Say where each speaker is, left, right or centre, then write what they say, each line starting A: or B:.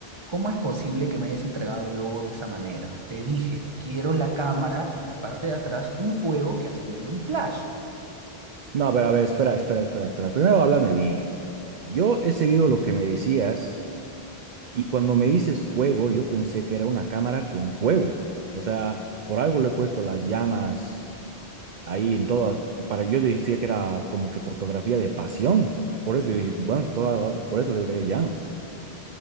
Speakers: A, on the right; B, on the right.
A: ¿Cómo es posible que me hayas entregado el logo de esa manera? Te dije, quiero la cámara y en la parte de atrás un fuego que asimile un flash.
B: No, pero a ver, espera, espera, espera, espera. Primero háblame bien. Yo he seguido lo que me decías y cuando me dices fuego, yo pensé que era una cámara con fuego. O sea, por algo le he puesto las llamas ahí en toda, para yo decía que era como que fotografía de pasión. Por eso yo dije, bueno, por, algo- por eso debe querer llamas.